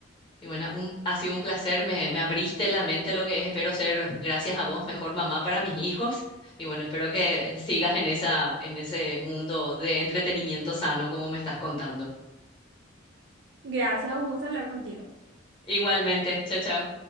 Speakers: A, on the left; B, on the right.
A: Y bueno, un- ha sido un placer, me, me abriste la mente a lo que es, espero ser, gracias a vos, mejor mamá para mis hijos. Y bueno, espero que sigas en esa, en ese mundo de entretenimiento sano como me estás contando.
B: Gracias, un gusto hablar contigo.
A: Igualmente, chao, chao.